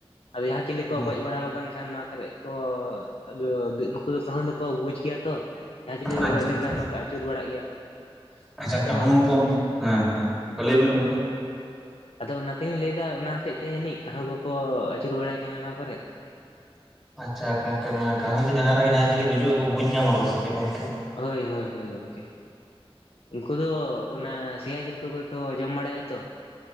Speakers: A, on the left; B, in the centre.
A: ᱟᱫᱚ ᱡᱟᱦᱟᱸ ᱪᱤᱞᱤ
B: ᱚ
A: ᱠᱚ ᱜᱚᱡ ᱵᱟᱲᱟ ᱟᱠᱟᱱ ᱠᱷᱟᱱ ᱱᱚᱣᱟ ᱠᱚᱨᱮ <unintelligible> ᱩᱱᱠᱩ ᱫᱚ ᱠᱟᱹᱦᱩ ᱫᱚᱠᱚ ᱵᱩᱡᱽ ᱜᱮᱭᱟ ᱛᱚ ᱡᱟᱦᱟᱸ ᱪᱤᱞᱤ ᱠᱚ
B: ᱟᱪᱪᱷᱟ
A: ᱜᱚᱡ ᱞᱮᱱᱠᱷᱟᱱ
B: ᱟᱪᱪᱷᱟ᱾
A: ᱟᱹᱪᱩᱨ ᱵᱟᱲᱟᱜ ᱜᱮᱭᱟ ᱠᱚ
B: ᱟᱪᱪᱷᱟ
A: ᱟᱫᱚ
B: ᱠᱟᱹᱦᱩ ᱠᱚ ᱦᱮᱸ ᱦᱮᱸ ᱞᱟᱹᱭ ᱵᱤᱱ ᱜᱚᱝᱠᱮᱺ
A: ᱟᱫᱚ ᱚᱱᱟ ᱛᱮᱞᱤᱤᱧ ᱞᱟᱹᱭᱫᱟ ᱚᱱᱟ ᱦᱚᱛᱮᱜ ᱛᱮ ᱡᱟᱹᱱᱤᱡ ᱠᱟᱹᱦᱩ ᱠᱚᱠᱚ ᱟᱹᱪᱩᱨ ᱵᱟᱲᱟᱭ ᱠᱟᱱᱟ ᱚᱱᱟ ᱠᱚᱨᱮᱫ
B: ᱟᱪᱪᱷᱟ ᱜᱚᱝᱠᱮ ᱢᱟᱱᱮ ᱠᱟᱹᱦᱩ ᱫᱚ ᱡᱟᱦᱟᱸ ᱨᱮᱜᱮ ᱡᱟᱦᱟᱸ ᱪᱤᱞᱤ ᱜᱩᱡᱩᱜ ᱟᱠᱚ ᱵᱩᱡ ᱧᱟᱢᱟ ᱠᱚ ᱥᱮ ᱪᱮᱫ ᱜᱚᱝᱠᱮ?
A: ᱦᱳᱭ ᱦᱳᱭ ᱜᱚᱢᱠᱮ᱾ ᱩᱱᱠᱩ ᱫᱚ ᱚᱱᱟ ᱥᱮᱭᱟ ᱡᱤᱞ ᱠᱚᱜᱮ ᱠᱚ ᱡᱚᱢ ᱵᱟᱲᱟᱭᱟ ᱛᱚ᱾